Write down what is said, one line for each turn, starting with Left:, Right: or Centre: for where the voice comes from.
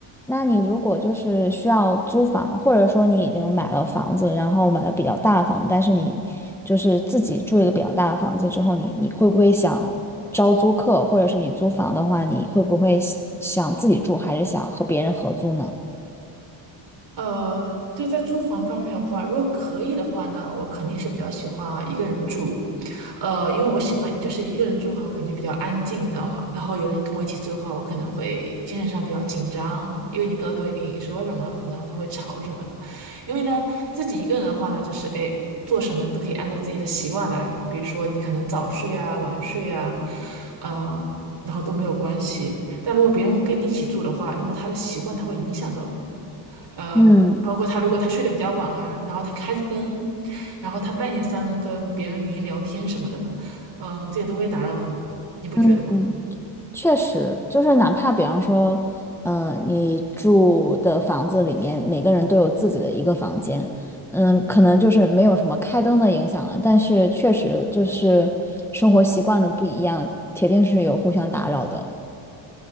Centre: 那你如果就是需要租房，或者说你已经买了房子，然后买了比较大的房子，但是你就是自己住一个比较大的房子之后，你你会不会想招租客，或者是你租房的话，你会不会想想自己住，还是想和别人合租呢？
Right: 呃，就在住房方面的话，如果可以的话呢，我肯定是比较喜欢一个人住，呃，因为我喜欢就是一个人住的话，我感觉比较安静，你知道吗？然后有人跟我一起住的话，我可能会精神上比较紧张，因为你不知道他会跟你说什么，可能他会吵什么的。因为呢，自己一个人的话呢，就是哎，做什么都可以按照自己的习惯来，比如说你可能早睡啊、晚睡啊，呃，然后都没有关系。但如果别人跟你一起住的话，那么他的习惯他会影响到你。呃，
Centre: 嗯
Right: 包括他如果他睡得比较晚啊，然后他开着灯，然后他半夜三更跟别人语音聊天什么的，嗯、这些都会打扰你的，你不觉得吗？
Centre: 嗯嗯。确实，就是哪怕比方说，嗯、你住的房子里面每个人都有自己的一个房间，嗯，可能就是没有什么开灯的影响了，但是确实就是生活习惯的不一样，铁定是有互相打扰的。